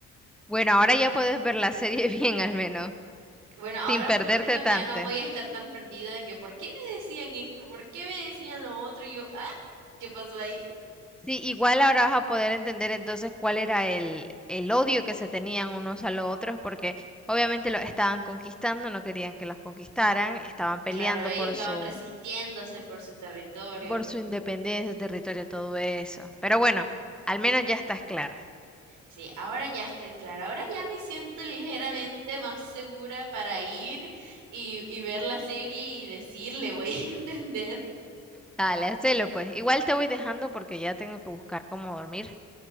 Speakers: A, in the centre; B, on the right.
A: Bueno, ahora ya puedes ver la serie <laughs> bien al menos,
B: Bueno, ahora
A: sin perderte
B: por lo menos
A: tanto.
B: ya no voy a estar tan perdida de que ¿por qué me decían esto? ¿Por qué me decían lo otro? Y yo, ah, ¿qué pasó ahí?
A: Sí, igual ahora vas a poder entender entonces cuál era el, el odio que se tenían unos a los otros, porque obviamente los estaban conquistando, no querían que los conquistaran, estaban peleando
B: Claro, ellos
A: por
B: estaban
A: su,
B: resistiéndose por su territorio.
A: por su independencia, su territorio, todo eso. Pero bueno, al menos ya estás clara.
B: Sí, ahora ya estoy clara. Ahora ya me siento ligeramente más segura para ir y, y ver la serie y decirle, voy a <laughs> entender.
A: Dale, hacelo pues. Igual te voy dejando porque ya tengo que buscar cómo dormir,